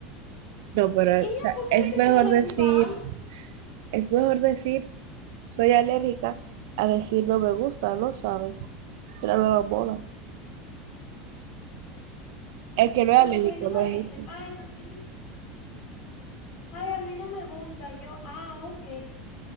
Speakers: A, on the right; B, on the left.
A: No, pero
B: Y
A: o
B: ya,
A: sea,
B: porque
A: es
B: hay gente
A: mejor
B: que no le
A: decir,
B: gusta algo.
A: es mejor decir, soy alérgica a decir no me gusta, no sabes. Es la nueva moda. El que no
B: No,
A: es alérgico
B: porque si tú
A: no
B: me
A: es
B: dices,
A: gente.
B: ay, a mí, ay, a mí no me gusta, yo, ah, ok.